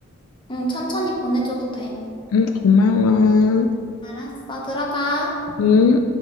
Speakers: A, on the left; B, on the left.
A: 응, 천천히 보내줘도 돼.
B: 응, 고마워.
A: 알았어. 들어가.
B: 응.